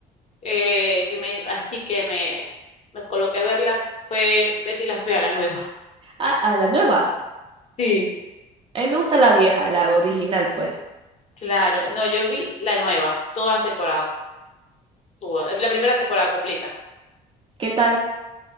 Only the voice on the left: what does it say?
eh, que me, así que me, me coloqué a verla, fue Betty la Fea, la nueva. <laughs>
Sí.
Claro, no, yo vi la nueva, todas las temporadas, todas, la primera temporada completa.